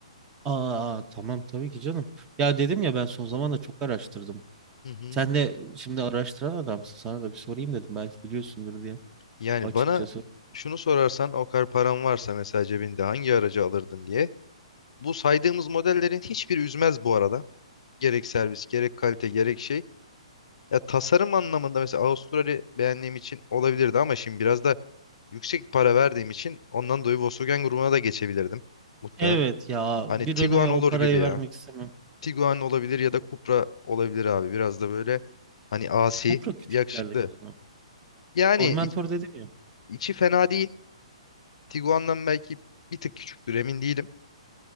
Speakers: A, on the right (about 20°); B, on the left (about 75°).
A: Aa tamam tabii ki canım. Ya dedim ya ben son zamanda çok araştırdım.
B: Hı hı.
A: Sen de şimdi araştıran adamsın. Sana da bir sorayım dedim. Belki biliyorsundur diye
B: Yani
A: açıkçası.
B: bana şunu sorarsan o kadar paran varsa mesela cebinde hangi aracı alırdın diye. Bu saydığımız modellerin hiçbiri üzmez bu arada. Gerek servis, gerek kalite, gerek şey. Ya tasarım anlamında mesela Avustralya beğendiğim için olabilirdi ama şimdi biraz da yüksek para verdiğim için ondan dolayı Volkswagen grubuna da geçebilirdim muhtemelen.
A: Evet ya
B: Hani
A: bir
B: Tiguan
A: Renault'ya
B: olur
A: o parayı
B: gibi ya.
A: vermek istemem.
B: Tiguan olabilir ya da Cupra olabilir abi. Biraz da böyle hani asi,
A: Cupra küçük
B: yakışıklı.
A: geldi gözüme.
B: Yani
A: Formentor
B: iç-
A: dedin ya.
B: içi fena değil. Tiguan'dan belki bir tık küçüktür emin değilim.